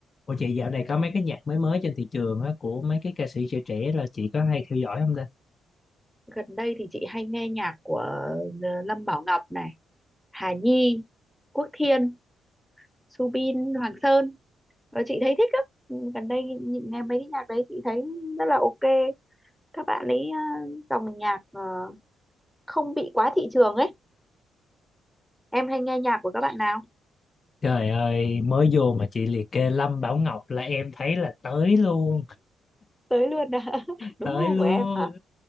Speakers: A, on the left; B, in the centre.
A: Ủa chị dạo này có mấy cái nhạc mới mới trên thị trường á, của mấy cái ca sĩ trẻ trẻ là chị có hay theo dõi không ta?
B: gần đây thì chị hay nghe nhạc của ờ, Lâm Bảo Ngọc này Hà Nhi Quốc Thiên Subin Hoàng Sơn Ờ, chị thấy thích lắm Ừ, gần đây nhìn- nghe mấy cái nhạc đấy chị thấy rất là ok các bạn ấy ờ, dòng nhạc ờ, không bị quá thị trường ấy em hay nghe nhạc của các bạn nào
A: Trời ơi, mới vô mà chị liệt kê Lâm Bảo Ngọc là em thấy là tới luôn,
B: tới luôn à <laughs> đúng
A: tới
B: gu
A: luôn.
B: của em hả